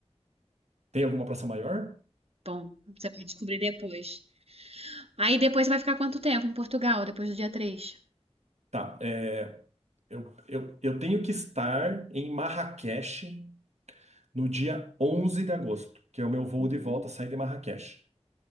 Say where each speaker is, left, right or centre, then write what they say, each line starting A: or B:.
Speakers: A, on the right; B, on the right.
A: Tem alguma praça maior?
B: Bom, você vai descobrir depois. Aí depois você vai ficar quanto tempo em Portugal, depois do dia três?
A: Tá. é, eu, eu, eu tenho que estar em Marrakech no dia 11 de agosto, que é o meu voo
B: Uhum.
A: de volta, sair de Marrakech.